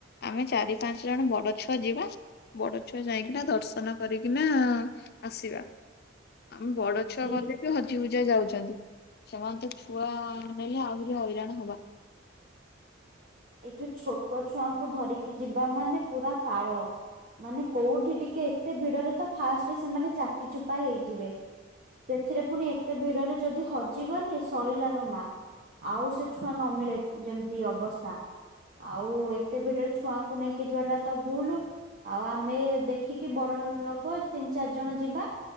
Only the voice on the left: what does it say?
ଆମେ ଚାରି ପାଞ୍ଚ ଜଣ ବଡ଼ ଛୁଆ ଯିବା। ବଡ ଛୁଆ ଯାଇକିନା ଦର୍ଶନ କରିକିନା ଆସିବା ଆମେ ବଡ ଛୁଆ
ଗଲେ ବି ହଜି ହୁଜା ଯାଉଛନ୍ତି ସେମାନେ ତ ଛୁଆ ନେଲେ ଆହୁରି ହଇରାଣ ହବା।